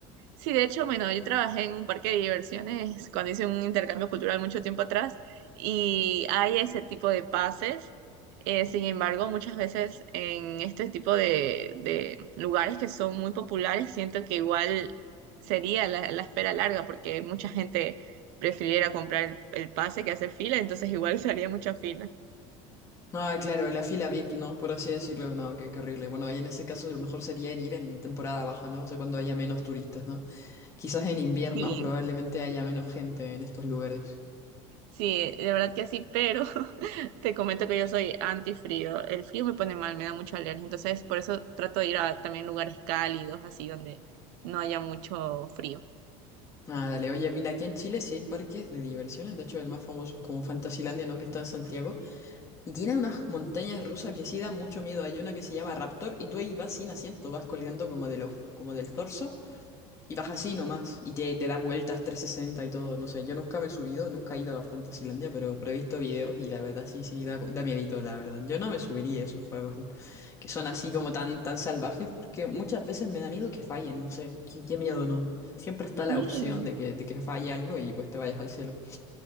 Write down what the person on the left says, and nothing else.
Ah, claro, la fila VIP, ¿no? Por así decirlo, no, qué, qué horrible. Bueno, ahí en ese caso lo mejor sería en ir en temporada baja, ¿no? O sea, cuando haya menos turistas, ¿no? Quizás en invierno
<laughs> probablemente haya menos gente en estos lugares.
Ah, dale, oye, mira, aquí en Chile sí hay parques de diversiones, de hecho el más famoso es como Fantasilandia, ¿no? Que está en Santiago. Y tiene unas montañas rusas que sí dan mucho miedo. Hay una que se llama Raptor y tú ahí vas sin asiento, vas colgando como de los, como del torso. Y baja así nomás, y te, te da vueltas 360 y todo, no sé, yo nunca me he subido, nunca he ido a Fantasylandia, pero, pero he visto videos y la verdad sí, sí, da, da miedito, la verdad. Yo no me subiría a esos juegos que son así como tan, tan salvajes, porque muchas veces me da miedo que fallen, no sé, qué, qué miedo, ¿no? Siempre está la
opción de que, de que falle algo y pues te vayas al cielo.